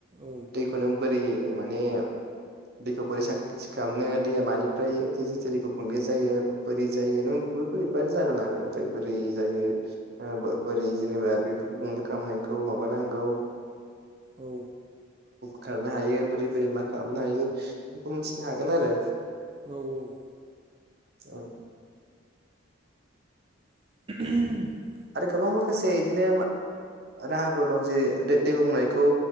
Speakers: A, on the right; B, on the right.
A: औ
B: दैखौ नों बोरै माने दैखौ बोरै साखोन सिखोन खालामनो दैया मानिफ्राय <unintelligible> गुबुंलें जायो बोरै जायो नों बेफोरखो लिरबानो जागोन आरो ओमफ्राय बोरै जायो बोरै जेनेबा बे खालामनायखौ माबा नांगौ
A: औ
B: खारनो हायो बोरै बोरै मा खालामनो हायो बेखौ मिथिनो हागोन आरो
A: औ औ
B: औ
A: <inaudible>
B: आरो गोबां माखासे बिदिनो राहाफोर दं जेरै दै गुबुंनायखौ